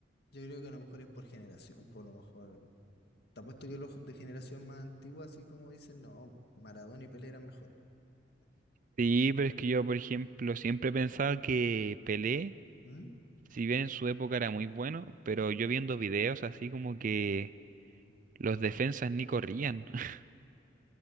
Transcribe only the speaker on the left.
yo creo que a lo mejor es por generación, por lo mejor. Te apuesto que los de generación más antigua, así como dicen, no, Maradona y Pelé eran mejores.
¿Mm?